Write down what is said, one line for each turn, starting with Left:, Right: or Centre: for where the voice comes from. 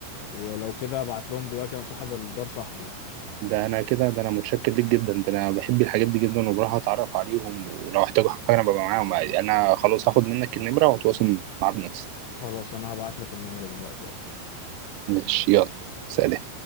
Left: ولو كده ابعت لهم دلوقتي انا صاحب الدار صاحبي يعني
Right: ده انا كده ده انا متشكر ليك جدا ده انا بحب الحاجات دي جدا وبروح اتعرف عليهم ولو احتاجوا حاجه انا ببقى معاهم انا خلاص هاخد منك النمره واتواصل معاه بنفسي
Left: خلاص انا هبعت لك النمرة دلوقتي اهو
Right: ماشي يلا سلام